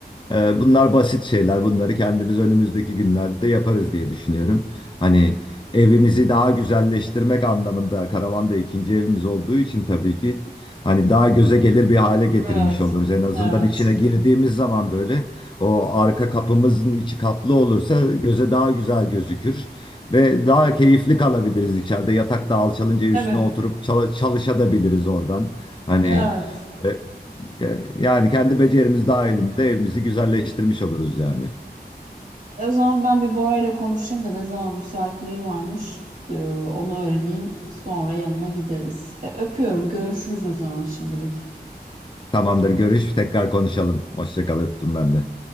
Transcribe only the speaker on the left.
Ee, bunlar basit şeyler. Bunları kendimiz önümüzdeki günlerde yaparız diye düşünüyorum. Hani evimizi daha güzelleştirmek anlamında karavan da ikinci evimiz olduğu için tabii ki hani daha göze gelir bir hale getirmiş
oluruz. En azından
içine girdiğimiz zaman böyle o arka kapımızın içi kaplı olursa göze daha güzel gözükür ve daha keyifli kalabiliriz içeride. Yatakta alçalınca üstüne
oturup çal- çalışabiliriz oradan. Hani
e, e, yani kendi becerimiz dahilinde evimizi güzelleştirmiş oluruz yani.
Tamamdır görüş tekrar konuşalım. Hoşça kal öptüm ben de.